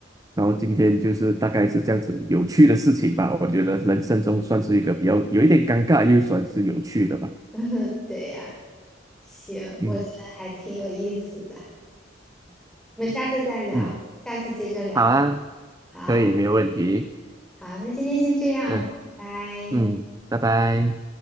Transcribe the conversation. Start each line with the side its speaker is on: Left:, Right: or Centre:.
Right: 然后今天就是大概是这样子有趣的事情吧，我觉得人生中算是一个比较有一点尴尬，又算是有趣的吧。
Centre: <laughs> 对呀，行，
Right: 嗯
Centre: 我觉得还挺有意思的。我们下次再聊，
Right: 嗯，
Centre: 下次接着聊。
Right: 好啊，
Centre: 好，
Right: 可以，没有问题。
Centre: 好，那今天先这样，
Right: 嗯
Centre: 拜。
Right: 嗯，拜拜。